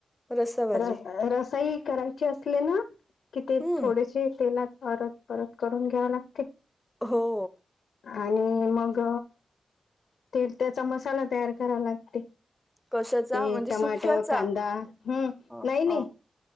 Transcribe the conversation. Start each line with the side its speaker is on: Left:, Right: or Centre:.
Centre: रस्सा भाजी
Left: रस रसाई करायची असले ना कि ते
Centre: हम्म
Left: थोडेसे तेलात अरथ परत करून घ्यावं लागते.
Centre: हो.
Left: आणि मग ते त्याचा मसाला तयार. करा लागते
Centre: कशाचा
Left: ते,
Centre: म्हणजे
Left: टमाटर
Centre: सुक्याचा
Left: कांदा हम्.
Centre: ह
Left: नाही नाही.
Centre: ह